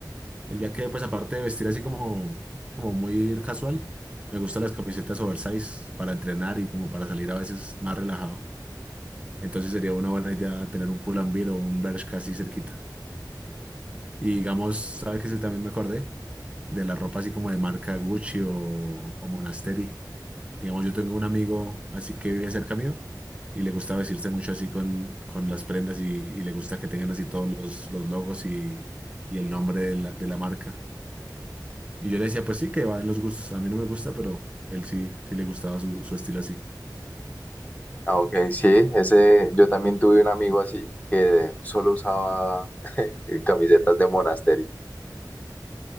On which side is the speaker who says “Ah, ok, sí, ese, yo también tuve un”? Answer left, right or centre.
Left